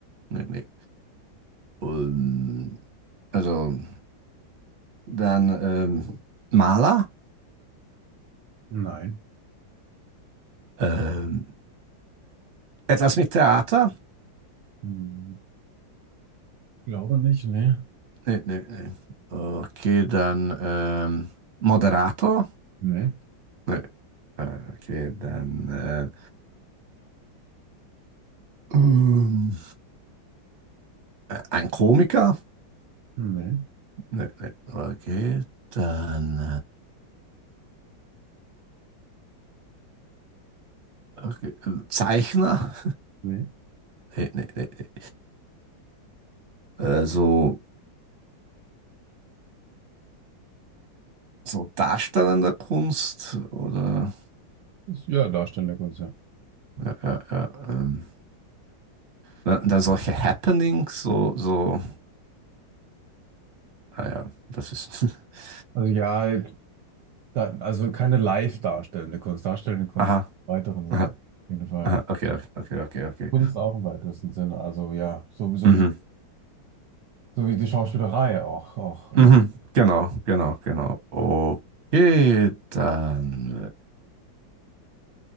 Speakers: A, on the right; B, on the right.
A: Nee, nee. Ähm, also dann ähm, Maler?
B: nein.
A: Ähm, etwas mit Theater?
B: Hm, glaube nicht, nee.
A: Nee, nee, nee. Okay, dann ähm, Moderator?
B: Nee,
A: Nee. Äh, Okay, dann äh, ähm, äh, ein Komiker?
B: nee,
A: Nee, nee. Okay, dann ähm, okay, äh, Zeichner?
B: nee.
A: Nee, nee, nee, nee. Äh, so, so darstellende Kunst oder
B: Ist Ja, darstellende Kunst, ja.
A: ja, ja, ja, ähm, dann, dann solche Happenings, so, so, naja, das ist. <laughs>
B: Also ja, da, also keine live darstellende Kunst, darstellende Kunst
A: Aha,
B: im weiteren Sinne,
A: aha,
B: auf jeden Fall.
A: aha, okay, okay, okay, okay. okay.
B: Kunst auch im weitesten Sinne, also ja, sowieso
A: Mhm.
B: wie, so wie die Schauspielerei auch, auch, auch.
A: Mhm. Genau, genau, genau. Okay, dann.